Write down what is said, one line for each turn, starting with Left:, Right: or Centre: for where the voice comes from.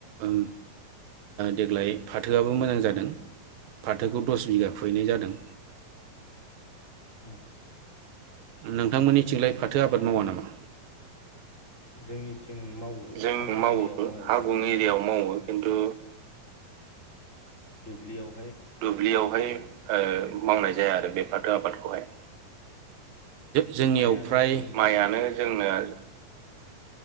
Right: ओ देग्लाय फाथोआबो मोजां जादों फाथोखौ दस बिगा खुबैयनाय जादों।
Left: <unintelligible>
Right: नोंथांमोननि थिंलाय फाथो आबाद मावा नामा?
Left: जोंनि मावो
Right: जों
Left: हागुं एरियायाव मावो,
Right: हा गुं
Left: खिन्थु
Right: एरियायाव मावो खिन्थु
Left: दुब्लियाव
Right: दुब्लियावहाय
Left: फाथो
Right: मावनाय
Left: आबादखौहाय
Right: जाया आरो बे फाथो आबादखौहाय, जोंनियाव
Left: माइयानो
Right: फ्राय
Left: जोंना
Right: माइआनो जोंना